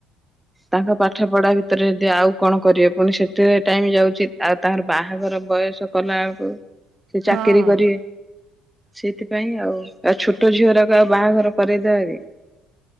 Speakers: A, in the centre; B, on the right.
A: ତାଙ୍କ ପାଠ ପଢା ଭରେ ରେ ଯଦି ଆଉ କଣ କରିବେ ପୁଣି ସେଥିରେ ଟାଇମ ଯାଉଚିତ ଆଉ ତାର ବାହାଘର ବୟସ କଲା ବେଳକୁ ସେ ଚାକିରି
B: ହଁ ହଁ ହଁ
A: କରିବେ ସେଇଥିପାଇଁ ଆଉ ଆଉ ଛୋଟ ଝିଅ ଟାକ ଆଉ ବାହାଘର ପରେଦରେ